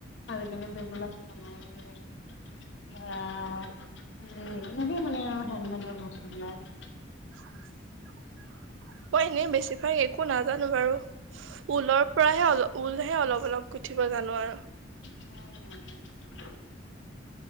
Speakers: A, on the left; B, on the right.
A: আজিকালি এইবিলাক বনাই যে। এইয় এনেকেই মানে আৰু হেনমেডৰ বস্তুবিলাক।
B: <inaudible> মই এনেই বেছিভাগ একো নাজানো বাৰু। ঊলৰ পৰাহে অলপ ঊলহে অলপ অলপ গুঠিব জানো আৰু।
A: <unintelligible>